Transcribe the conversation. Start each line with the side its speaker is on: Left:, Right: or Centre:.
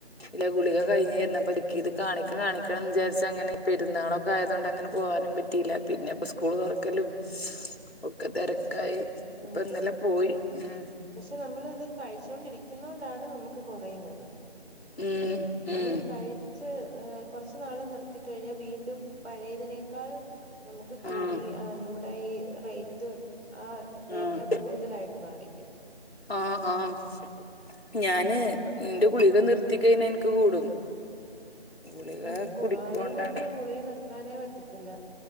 Left: ല്ല ഗുളിക കഴിഞ്ഞേരുന്നു. അപ്പയെനിക്കിത് കാണിക്ക കാണിക്കണന്ന്വിചാരിച്ചങ്ങനെ പെരുന്നാളൊ- ക്കെആയതോണ്ട് അങ്ങനെ പോകാനും പറ്റീല്ല പിന്നെ പ്പോ സ്കൂള് തൊറക്കലും ഒക്കെ തെരക്കായി
Right: ഉം
Left: ഇപ്പ ഇന്നലെ പോയി ഉം
Right: പക്ഷെ നമ്മളിത് കഴിച്ചോണ്ടിരിക്കുന്നോണ്ടാണ് നമ്മക്ക് കൊറയുന്നത്
Left: ഉം
Right: നമ്മള്
Left: ഉം
Right: കഴിച്ച് കൊറച്ച് നാള് നിർത്തിക്കഴിഞ്ഞാ വീണ്ടും പഴയതിനേക്കാൾ നമ്മക്ക് കൂ
Left: ആഹ്
Right: ഈ ആ നമ്മടെ ഈ റേറ്റ് ആ ഡേറ്റ
Left: ആഹ്
Right: കൂടുതലായിട്ട് കാണിക്കും
Left: ആഹ് ആഹ് ‌ ഞാന്
Right: അങ്ങനാ
Left: എന്റെ
Right: ഇതിന്റെ
Left: ഗുളികെ
Right: കൊഴപ്പം
Left: നിർത്തിക്കയിഞ്ഞാ എനിക്ക് കൂടും ഗുളിക
Right: ഉം കൂടും
Left: കുടിക്കൊണ്ടാണ്
Right: അതോണ്ട് നമ്മക്ക് ഗുളിക നിർത്താനേ പറ്റത്തില്ല